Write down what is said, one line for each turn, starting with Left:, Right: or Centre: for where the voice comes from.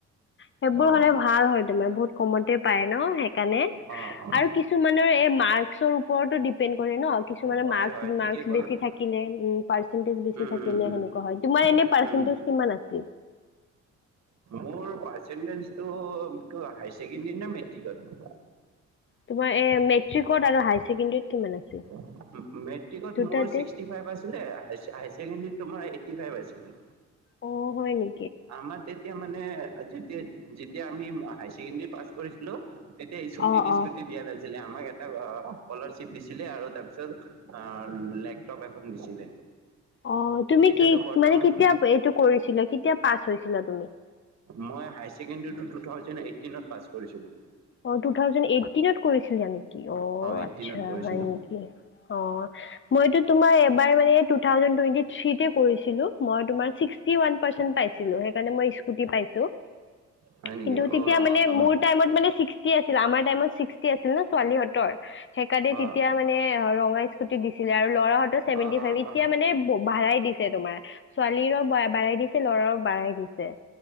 Left: সেইবোৰ
Right: অ
Left: হ'লে ভাল হয় তোমাৰ বহুত কমতে পায় ন' সেইকাণে।
Right: অ অ অ
Left: আৰু কিছুমানৰ এই মাৰ্ক্সৰ ওপৰতো ডিপেণ্ড কৰে ন' কিছুমানৰ
Right: হয়
Left: মা-
Right: হয়
Left: মাৰ্ক্স
Right: ঠিকেই ক'লা
Left: বেছি থাকিলে উমঁ, পাৰ্চেন্টেজ বেছি
Right: উম
Left: থাকিলে
Right: উম
Left: সেনেকুৱা হয়। তোমাৰ এনে পাৰ্চেন্টেজ
Right: উম উম
Left: কিমান আছিল।
Right: মোৰ পাৰ্ছেনতেনষ্টো কিয় হাই ছেকেণ্ডি নে মেট্ৰিকত?
Left: তোমাৰ এ, মেট্ৰিকত আৰু হাই ছেকেণ্ডেৰীটো কিমান আছিল?
Right: উমঁ, উমঁ, মেট্ৰিকত
Left: দুটাতে
Right: মোৰ ছিক্সটি ফাইভ আছিলে হাইছ-হাই ছেকেণ্ডত তোমাৰ এইটি ফাইভ আছিলে।
Left: অহ, হয় নি?
Right: আমাৰ তেতিয়া মানে, অ' যেতিয়া- যেতিয়া আমি ম' হাই ছেকেণ্ডাৰী পাছ কৰিছিলোঁ, তেতিয়া স্কুটী-টিচকুটী
Left: অ অ
Right: দিয়া নাই। ছিলে আমাক এটা অ' স্কুলাৰশ্বিপ দিছিলে আৰু তাৰ পিছত- অঁ লেপটপ এখন দিছিলে।
Left: অহ, তুমি
Right: এতিয়াতো
Left: কি
Right: বৰ্তমান
Left: মানে কেতিয়া পে' এইটো কৰিছিলা? কেতিয়া পাছ হৈছিলা তুমি‌?
Right: মই হাই ছেকেণ্ডৰীটো টু থাউচণ্ড এইটিনত পাছ কৰিছিলোঁ।
Left: অঁ টু থাউজেণ্ড এইটিনত কৰিছিলা নেকি? অঁ
Right: এইটিনত
Left: আচ্ছা
Right: কৰিছিলোঁ
Left: হয় নেকি। অঁ মইতো- তোমাৰ এবাৰ মানে টু থাউচণ্ড টুৱেণ্টি থ্ৰীতে কৰিছিলোঁ। মই তোমাৰ ছিক্সটি ৱান- পাৰ্চেন্ট পাইছিলোঁ, সেইকাৰণে মই স্কুটী পাইছোঁ।
Right: হয় নেকি
Left: কিন্তু তিতিয়া
Right: অঁ ৰঙা
Left: মানে
Right: কালাৰ
Left: মোৰ- টাইমত মানে ছিক্সটি আছিল। আমাৰ টাইমত ছিক্সটি আছিল ন, ছোৱালীহঁতৰ। সেইকাৰণে তেতিয়া
Right: অঁ
Left: মানে হ' ৰঙা স্কুটী দিছিলে। আৰু ল'ৰাহঁতৰ ছেভেনটি
Right: অঁ
Left: ফাইভ।
Right: অঁ
Left: এতিয়া
Right: অঁ
Left: মানে ব' বাঢ়াই দিছে। ছে তোমাৰ। ছোৱালীৰও বা' বাঢ়াই দিছে, ল'ৰাও বাঢ়াই দিছে।